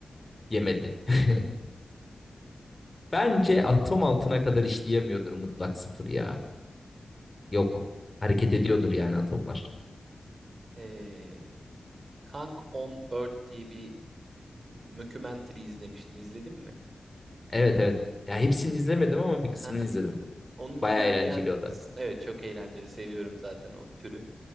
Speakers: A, on the left (about 25°); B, on the right (about 55°).
A: yemedi. <laughs> Bence atom altına kadar işleyemiyordur mutlak sıfır ya. Yok. Hareket ediyordur yani atomlar.
B: Ee, Kang on Earth diye bir mockumentary izlemiştim. İzledin mi?
A: Evet evet. Ya hepsini izlemedim ama bir kısmını
B: Aha.
A: izledim.
B: Onun
A: Baya
B: ilerleyen
A: eğlenceli o da.
B: kısım evet çok eğlenceli. Seviyorum zaten o türü.